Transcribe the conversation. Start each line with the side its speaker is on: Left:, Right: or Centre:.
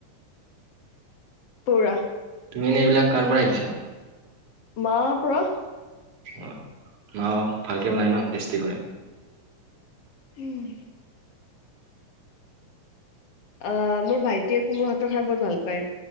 Left: পুৰা।
Right: তুমিনো এইবিলাক কাৰ পৰা শিকিছা?
Left: মাৰ পৰা।
Right: অ, মাও, ভালকে বনাই ন? টেষ্টি কৰে?
Left: উম। অঁ, মোৰ ভাইটিয়ে মোৰ হাতৰ খাই বহুত ভাল পায়।